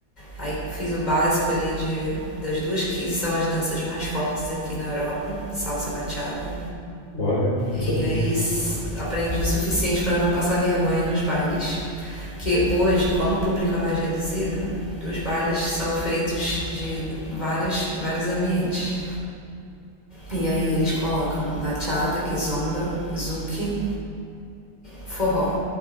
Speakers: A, on the left; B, on the left.
A: Aí fiz o básico ali de, das duas que são as danças mais fortes aqui na Europa, salsa e bachata.
B: olha, não
A: E
B: sabia.
A: aí aprendi o suficiente para não passar vergonha nos bailes. Porque hoje, como o público é mais reduzido, os bailes são feitos de várias, vários ambientes. E aí eles colocam bachata, kizomba, zouk, forró.